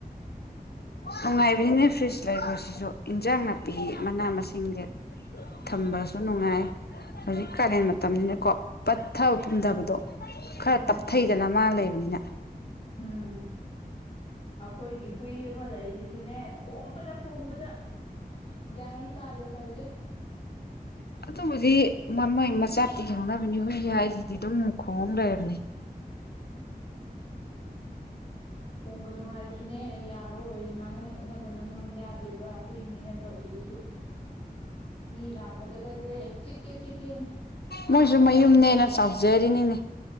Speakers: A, on the left; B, on the left.
A: ꯅꯨꯡꯉꯥꯏꯕꯅꯤꯅꯦ ꯐ꯭ꯔꯤꯖ ꯂꯩꯕꯁꯤꯁꯨ ꯏꯟꯖꯥꯡ ꯅꯥꯄꯤ ꯃꯅꯥ ꯃꯁꯤꯡꯁꯦ ꯊꯝꯕꯁꯨ ꯅꯨꯡꯉꯥꯏ ꯍꯧꯖꯤꯛ ꯀꯥꯂꯦꯟ ꯃꯇꯝꯅꯤꯅꯀꯣ ꯄꯠꯊꯕ ꯄꯨꯝꯊꯕꯗꯣ
B: ꯎꯝ
A: ꯈꯔ
B: ꯎꯝ
A: ꯇꯞꯊꯩꯗꯅ ꯃꯥ ꯂꯩꯕꯅꯤꯅ
B: ꯎꯝ ꯎꯝ ꯑꯩꯈꯣꯏꯒꯤ ꯍꯨꯏ ꯑꯃ ꯂꯩꯁꯤꯁꯨꯅꯦ ꯈꯣꯡꯕꯗ ꯈꯣꯡꯕꯗ ꯒ꯭ꯌꯥꯟ ꯑꯃ ꯇꯥꯗꯦ ꯇꯧꯔꯤꯁꯦ
A: ꯑꯗꯨꯕꯨꯗꯤ ꯃꯃꯣꯏ ꯃꯆꯥ ꯈꯪꯅꯕ <unintelligible> ꯗꯤ ꯑꯗꯨꯝ ꯈꯣꯡ ꯂꯩꯔꯕꯅꯦ
B: <unintelligible> ꯍꯣꯡꯒꯅꯨ ꯍꯥꯏꯔꯁꯨꯅꯦ ꯌꯥꯔꯣꯏ ꯉꯥꯡꯅ ꯁꯛꯅꯕꯅ ꯃꯔꯣꯝ ꯌꯥꯗ꯭ꯔꯤꯕ ꯍꯨꯏꯅꯦꯅ ꯇꯧꯔꯤꯁꯤꯁꯨ ꯃꯤ ꯂꯥꯛꯄꯗꯒꯁꯦ ꯆꯤꯛꯀꯦ ꯆꯤꯛꯀꯦꯅꯤ ꯃꯥꯇ
A: ꯃꯣꯏꯁꯨ
B: ꯈꯥꯝꯅꯕꯗꯅꯦ
A: ꯃꯌꯨꯝꯅꯦꯅ ꯆꯥꯎꯖꯔꯤꯅꯤꯅꯦ